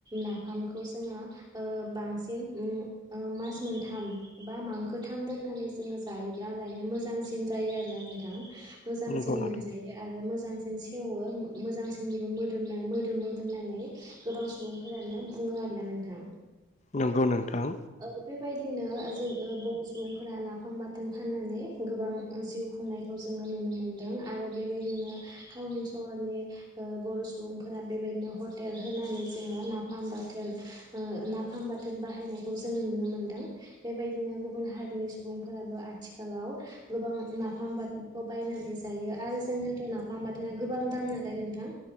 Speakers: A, on the right; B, on the left.
A: नाफामखौ जोङो ओ बांसिन उम ओ मास मोनथाम बा मांखो थाम दोननानै जोङो जायोब्ला लायनो मोजांसिन जायो आरोना नोंथां मोजांसिन
B: नंगौ नोंथां
A: मोनजायो आरो मोजांसिन सेवो उम मोजांसिनबो मोदोमना मोदोमो होननानै गोबां सुबुंफोरानो बुङो आरोना नोंथां
B: नंगौ नोंथां
A: औ बेबायदिनो जो ओ बुं सुबुंफोरा नाफाम बाथोन फाननानै गोबां जिउ खुंनायखौ जोङो नुनो मोनदों आरो बेबायदिनो टाउन सहरनि ओ बर' सुबुंफोरा बेबायदिनो हटेल होनानै जोङो नाफाम बाथोन ओ नाफाम बाथोन बाहायनायखौ जोङो नुनो मोनदों बेबायदिनो गु बुन हारिनि सुबुंफोराबो आथिखालाव गोबां नाफाम बाथोनखौ बायनानै जायो आरो जोंनाथ' नाफाम बाथोना गोबां दाम नालाय नोंथां